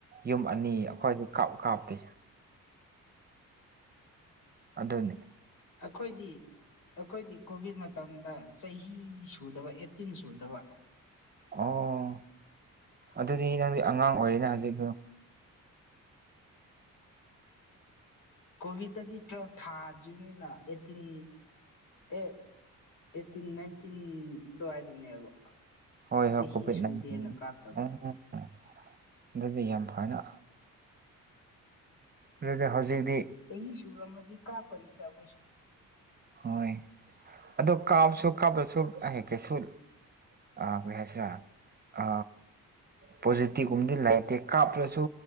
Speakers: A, on the right; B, on the left.
A: ꯌꯨꯝ ꯑꯅꯤ ꯑꯩꯈꯣꯏꯗꯤ ꯀꯥꯞ ꯀꯥꯞꯇꯦ ꯑꯗꯨꯅꯤ
B: ꯑꯩꯈꯣꯏꯗꯤ ꯑꯩꯈꯣꯏꯗꯤ ꯀꯣꯚꯤꯗ ꯃꯇꯝꯗ ꯆꯍꯤ ꯁꯨꯗꯕ ꯑꯦꯠꯇꯤꯟ ꯁꯨꯗꯕ
A: ꯑꯣ ꯑꯗꯨꯗꯤ ꯅꯪꯗꯤ ꯑꯉꯥꯡ ꯑꯣꯏꯔꯤꯅ ꯍꯧꯖꯤꯗꯨ
B: ꯀꯣꯚꯤꯠꯇꯗꯤ ꯇꯨꯋꯦꯜꯐ ꯊꯥꯗ꯭ꯔꯤꯝꯅꯤꯅ ꯑꯦꯠꯇꯤꯟ ꯑꯦ ꯑꯩꯠꯇꯤꯟ ꯅꯥꯏꯟꯇꯤꯟ ꯑꯗꯨꯋꯥꯏꯗꯅꯦꯕ
A: ꯍꯣꯏ
B: ꯆꯍꯤ
A: ꯍꯣꯏ ꯀꯣꯚꯤꯠ
B: ꯁꯨꯗꯦꯅ
A: ꯅꯥꯏꯟꯇꯤꯟ
B: ꯀꯥꯞꯇꯕ
A: ꯎꯝ ꯑꯗꯨꯗꯤ ꯌꯥꯝ ꯐꯅ ꯑꯗꯨꯗꯤ ꯍꯧꯖꯤꯗꯤ
B: ꯆꯍꯤ ꯁꯨꯔꯃꯗꯤ ꯀꯥꯞꯀꯅꯤꯗ ꯑꯩꯈꯣꯏꯁꯨ
A: ꯍꯣꯏ ꯑꯗꯣ ꯀꯥꯞꯁꯨ ꯀꯥꯞꯗꯁꯨ ꯑꯍꯩ ꯀꯩꯁꯨ ꯑ ꯀꯔꯤ ꯍꯥꯏꯁꯤꯔꯥ ꯑ ꯄꯣꯖꯤꯇꯤꯕ ꯒꯨꯝꯕꯗꯤ ꯂꯩꯇꯦ ꯀꯥꯞꯇ꯭ꯔꯁꯨ